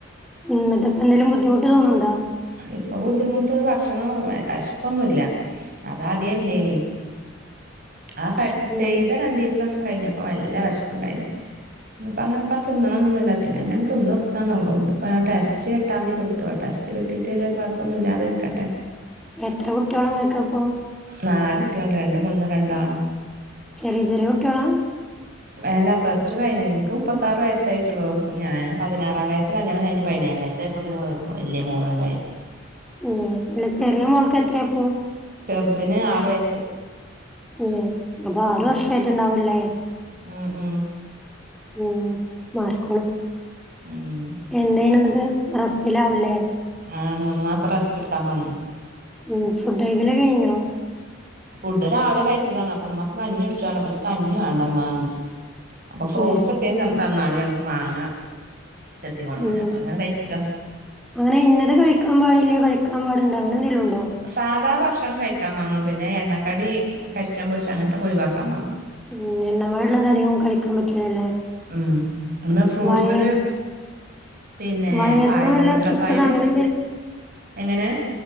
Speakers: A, in the centre; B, on the right.
A: ഇന്നിട്ട് ഇപ്പോ എന്തേലും ബുദ്ധിമുട്ട് തോന്നുണ്ടോ?
B: ഇപ്പൊ ബുദ്ധിമുട്ട് ഭക്ഷണം വിഷപ്പൊന്നുല്ല അതാതെ ഇല്ലയ്നി
A: ഉം
B: ആ
A: വിശപ്പുണ്ടോ?
B: ക ചെയ്ത രണ്ടിവസം കഴിഞ്ഞപ്പോ നല്ല വെശപ്പ്‌ണ്ടയ്നീ ഇപ്പ അങ്ങനെപ്പ തിന്നണംന്ന്ന്നില്ല പിന്നെ അങ്ങന തിന്ന് കൊടുക്കാന്നൊള്ളു ഇനിപ്പാ ആ ടെസ്റ്റ് എട്ടാം തീയതി കിട്ടും ടെസ്റ്റ് കിട്ട കിട്ടീട്ട് അയില് കുയപ്പൊന്നും ഇല്ലാതിരിക്കട്ടെ
A: എത്ര കുട്ടികളാ നിങ്ങക്കപ്പോ
B: നാല് ട്ട്യാണ് രണ്ട് പെണ്ണും രണ്ടാണും.
A: ചെറ്യേ ചെറ്യേ കുട്ട്യാളാ?
B: ഏല്ല പ്ലസ് ടു കഴിഞ്ഞ ഇൻക്ക് മുപ്പത്താറ് വയസ്സായിറ്റുള്ളു ഞാൻ പതിനാറാം വയസ് കൽ ല്യാണം കയ്ഞ് പൈനേയാം വയസ്സായപ്പത്തിന് വ് വല്ല്യ മോളുണ്ടായി.
A: മ് അല്ല ചെറ്യേ മോൾക്ക് എത്രേപ്പൊ?
B: ചെർതിന് ആറ് വയസ്സ്.
A: ഉം അപ്പൊ ആറ്
B: ഉം
A: വർഷായിട്ട്ണ്ടാവൂ ള്ളേ.
B: ഉം ഉം.
A: ഉം മാറിക്കോളും.
B: ഉം.
A: എന്തേനുന്നട്ട്? റെസ്റ്റിലാവുല്ലെ?
B: ആഹ് മൂന്ന് മാസം റസ്റ്റ്‌ ഇട്ക്കാൻ പറഞ്.
A: ഉം ഫുഡയിക്കല് കഴിഞ്ഞോ?
B: ഫുഡ് രാവിലെ കഴിച്ചതാണ്, അപ്പ മ്മപ കഞ്യുട്ച്ചാർഞ് അപ്പച്ച് കഞ്ഞി വേണ്ടമ്മാന്ന്. അപ്പ ഫ്രൂട്ട്സെത്തേം
A: ഏ
B: ത തന്നാളി അർഞ്ഞപ്പോ മാങ്ങ. ചെത്തി കൊട്ന്ന്ന്
A: ഉം
B: അപ്പൊ അവ്ങ്ങനെ കഴിക്ക.
A: അങ്ങനെ ഇന്നത് കഴിക്കാ പാടില്ല കഴിക്കാ പാട്ണ്ട് അങ്ങനെ ന്തെങ്കിലുണ്ടോ?
B: സാധാ ഭക്ഷണം കഴിക്കാപർഞ്ഞു, പിന്നെ എണ്ണക്കടി കര്ച്ചും പൊരിച അങ്ങൻത്തൊഒക്കെ ഒഴിവാക്കാ പർഞ്ഞു.
A: ഉം എണ്ണമയള്ളത് അധികം കഴിക്കാൻ പറ്റൂലല്ലേ?
B: ഉം പിന്നെ ഫ്രൂട്ട്സ്
A: വയ
B: ല് പിന്നേ
A: വയറിന്
B: പഴ
A: വല്ല
B: നീന്ത്രപയും
A: അസ്വസ്ഥത അങ്ങനെ
B: എങ്ങനെ?